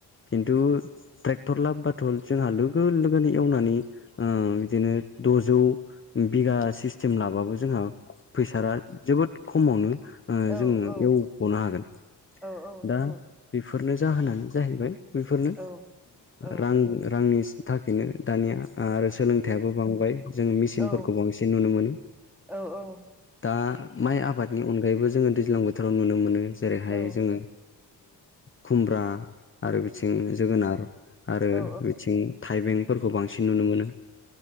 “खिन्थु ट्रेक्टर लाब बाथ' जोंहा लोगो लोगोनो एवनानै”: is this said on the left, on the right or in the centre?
Left